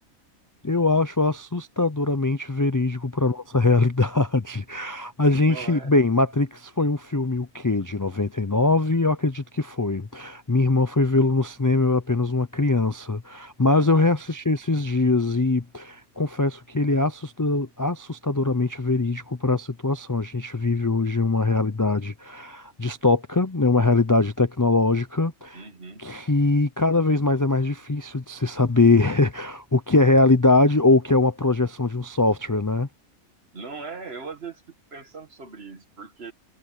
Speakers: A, on the left; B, on the right.
A: Eu acho assustadoramente verídico para nossa <laughs> realidade. A gente,
B: Não é?
A: bem, Matrix foi um filme o quê? De 99? Eu acredito que foi. Minha irmã foi vê-lo no cinema, eu era apenas uma criança, mas
B: Aham,
A: eu reassisti esses dias e confesso que ele é assusta- assustadoramente verídico para a situação. A gente vive hoje uma realidade distópica, né, uma realidade tecnológica
B: uhum.
A: que cada vez mais é mais difícil de se saber <laughs> o que é realidade ou o que é uma projeção de um software, né?
B: Não é? Eu às vezes fico pensando sobre isso, porque